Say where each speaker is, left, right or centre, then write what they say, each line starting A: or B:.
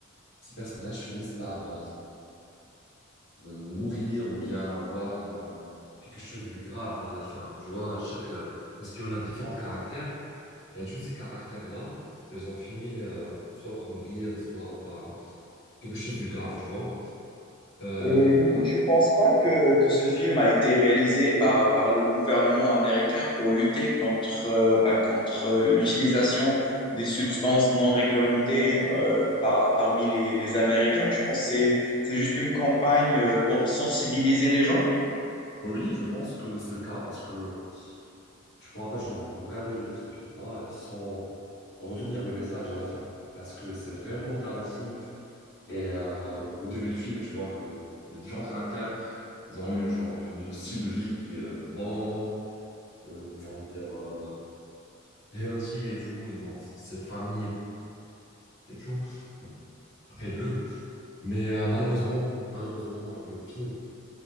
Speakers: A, on the left; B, on the left.
A: ces personnages finissent par euh, euh, mourir ou bien avoir euh, quelque chose de grave à la fin. Tu vois, chaque, euh, parce qu'on a différents caractères et tous ces caractères-là, ils ont fini euh, soit par mourir, soit par quelque chose de grave, tu vois. Euh,
B: Et du
A: bah,
B: coup, tu penses pas que, que ce film a été réalisé par, par le gouvernement américain pour lutter contre, euh, bah, contre euh, l'utilisation des substances non réglementées euh, par- parmi les, les Américains? Tu penses que c'est, c'est juste une campagne euh, pour sensibiliser les gens?
A: oui, je pense que c'est le cas parce que tu pourras pas genre, regarder le- ce film-là sans retenir le message à la fin parce que c'est vraiment dramatique. Et euh, au début du film, tu vois que les différents caractères. Ils ont eu genre un style de vie qui est euh, bon, euh, comment dire, euh, healthy et tout. Ils ont ces familles et tout près d'eux. Mais euh, malheureusement, malheureusement, le film